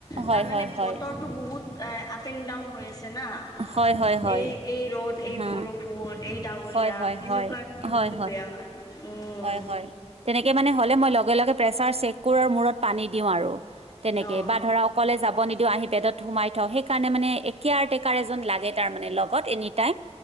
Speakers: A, on the right; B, on the left.
A: হয়
B: তাৰমানে
A: হয় হয়
B: বতৰটো বহুত আপ এণ্ড ডাউন হৈ আছে। না
A: হয় হয় হয়
B: এই এই ৰ'দ এই
A: হা
B: বৰষুণ এই ডাৱৰীয়া
A: হয় হয়
B: সেনেকুৱাত
A: হয়
B: বহুত
A: হয়
B: বেয়া হয়। উম
A: হয় হয় তেনেকে মানে হ'লে মই লগে লগে প্ৰেছাৰ চেক কৰো মূৰত পানী দিওঁ আৰু। তেনেকে
B: অ
A: বা ধৰাউক, অকলে যাব নিদিওও আহি পেদত সোমাই থওঁ সেইকাৰণে মানে কেয়াৰটেকাৰ এজন লাগে তাৰ মানে লগত এনে তাই